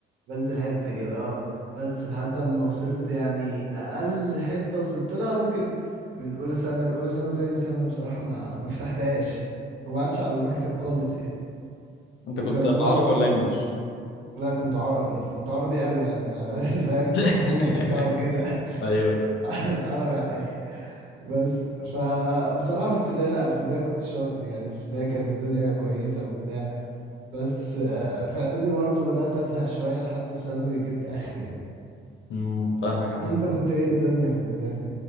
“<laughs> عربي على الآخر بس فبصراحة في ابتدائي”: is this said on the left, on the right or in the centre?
Right